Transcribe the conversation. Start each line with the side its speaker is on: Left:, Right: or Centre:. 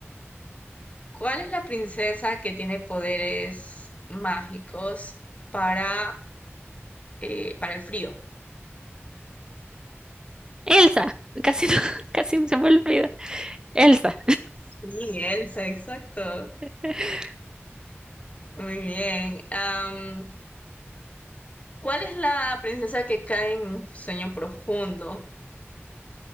Left: ¿cuál es la princesa que tiene poderes mágicos para, eh, para el frío?
Right: Elsa, casi, no- <laughs> casi se me olvida. Elsa,
Left: Sí, Elsa, exacto.
Right: <laughs>
Left: Muy bien. Am, ¿cuál es la princesa que cae en un sueño profundo?